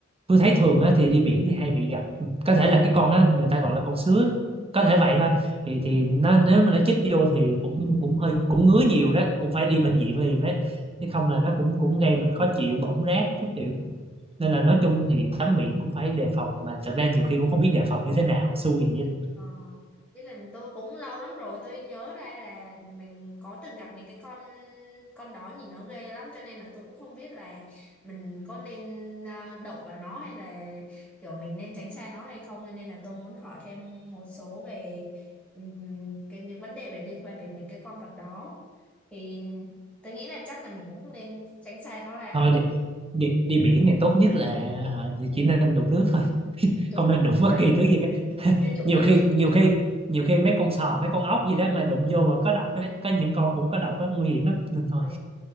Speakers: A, on the right; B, in the centre.
A: tôi thấy thường á, thì đi biển thì hay bị gặp có thể là cái con đó người ta gọi là con sứa có thể vậy thôi thì thì nó nếu mà nó chích vô thì cũng cũng hơi cũng ngứa nhiều đó cũng phải đi bệnh viện liền đấy chứ không là nó cũng cũng gây mình khó chịu bỏng rát các kiểu nên là nói chung thì tắm biển cũng phải đề phòng mà thật ra nhiều khi cũng không biết đề phòng như thế nào xui vậy
B: Ờ, Với lần tôi cũng lâu lắm rồi tôi nhớ ra là mình có từng gặp những cái con con đó nhìn nó ghê lắm cho nên là tôi cũng không biết là mình có nên à, động vào nó hay là kiểu mình nên tránh xa nó hay không cho nên là tôi muốn hỏi thêm một số về ừm, cái những vấn đề về liên quan đến những cái con vật đó thì tôi nghĩ là chắc là mình cũng nên tránh xa nó ra ha
A: thôi đi, đi đi biển thì tốt nhất là hả, chỉ nên đụng nước thôi <laughs>
B: Trốn-
A: không nên đụng
B: <laughs>
A: bất kỳ thứ gì cả
B: nên
A: <laughs>
B: trộm
A: nhiều
B: nước
A: khi nhiều khi nhiều khi mấy con sò mấy con ốc gì đó mà đụng vô vẫn có độc ấy, có những con cũng có độc ấy, nguy hiểm lắm nên thôi
B: Ờ.